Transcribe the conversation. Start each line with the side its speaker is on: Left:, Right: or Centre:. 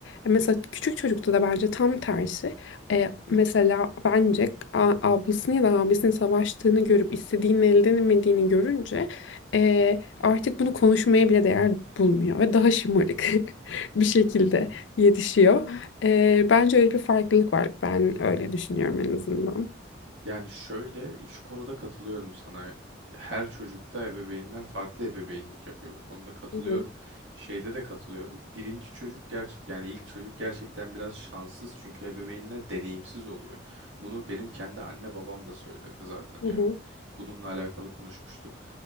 Left: E, Mesela küçük çocukta da bence tam tersi. E, mesela bence a- ablasını ya da abisinin savaştığını görüp istediğini elde edemediğini görünce e, artık bunu konuşmaya bile değer bulmuyor ve daha şımarık <laughs> bir şekilde yetişiyor. E, bence öyle bir farklılık var. Ben öyle düşünüyorum en azından.
Right: Yani şöyle şu konuda katılıyorum sana. Her çocukta ebeveynler farklı ebeveynlik yapıyor. Bu konuda katılıyorum.
Left: Hı hı.
Right: Şeyde de katılıyorum. Birinci çocuk gerçek yani ilk çocuk gerçekten biraz şanssız çünkü ebeveynler deneyimsiz oluyor. Bunu benim kendi anne babam da söyledi zaten
Left: Hı hı.
Right: yani. Bununla alakalı konuşmuştuk.